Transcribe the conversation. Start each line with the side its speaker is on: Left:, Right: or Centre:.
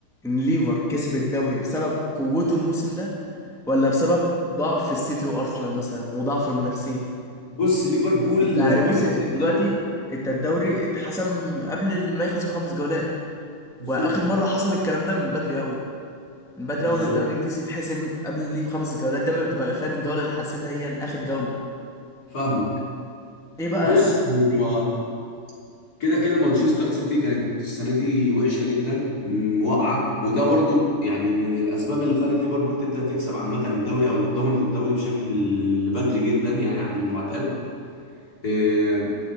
Centre: ان ليفر كسب الدوري بسبب قوته الموسم ده ولا بسبب ضعف السيتي وارسنال مثلا وضعف المنافسين
Left: بص ليفربول
Centre: انت يعني بص
Left: كده كده
Centre: دلوقتي
Left: قوي
Centre: انت الدوري اتحسم قبل ما يخلص بخمس جولات
Left: بالظبط
Centre: واخر مره حصل الكلام ده من بدري قوي من بدري
Left: بالظبط
Centre: اول الدوري الانجليزي يتحسم قبل ليه بخمس جولات دايما بتبقى فاهم الجوله اللي حاسمها هي الاخر جوله
Left: فاهمك
Centre: ايه بقى
Left: بص
Centre: أز- يعني
Left: هو
Centre: ليه
Left: كده كده مانشستر سيتي كانت السنه دي وحشه جدا م، واقعه وده برضو يعني من الاسباب اللي خلت ليفربول تبدا تكسب عامه الدوري او ضمنت الدوري بشكل بدري جدا يعني عن المعتاد آه،